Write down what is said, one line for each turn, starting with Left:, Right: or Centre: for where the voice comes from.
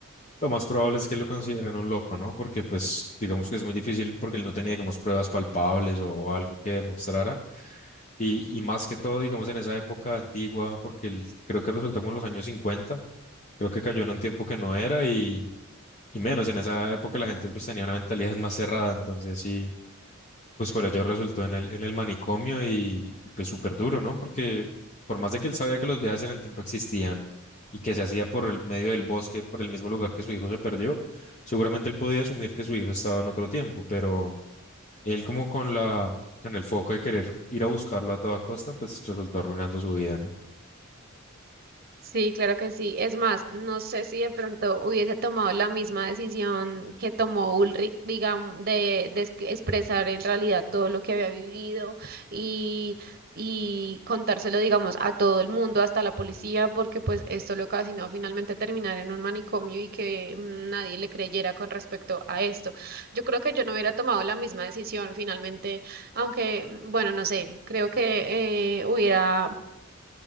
Left: lo más probable es que lo consideren un loco, ¿no? Porque pues digamos que es muy difícil porque él no tenía, digamos, pruebas palpables o algo que demostrara. Y, y más que todo, digamos, en esa época antigua, porque él creo que resultó como en los años 50, creo que cayó en un tiempo que no era y menos, en esa época la gente pues tenía una mentalidad <laughs> más cerrada, entonces sí, pues por ello resultó en el, en el manicomio y, y, pues súper duro, ¿no? Porque por más de que él sabía que los viajes en el tiempo existían y que se hacía por el medio del bosque, por el mismo lugar que su hijo se perdió, seguramente él podía asumir que su hijo estaba en otro tiempo, pero él como con la, con el foco de querer ir a buscarlo a toda costa, pues resultó arruinando su vida, ¿no?
Right: Sí, claro que sí. Es más, no sé si de pronto hubiese tomado la misma decisión que tomó Ulrich, digamos, de, de es- expresar en realidad todo lo que había vivido y, y contárselo, digamos, a todo el mundo, hasta la policía, porque pues esto le ocasionó finalmente terminar en un manicomio y que mm, nadie le creyera con respecto a esto. Yo creo que yo no hubiera tomado la misma decisión finalmente, aunque, mm, bueno, no sé, creo que eh, hubiera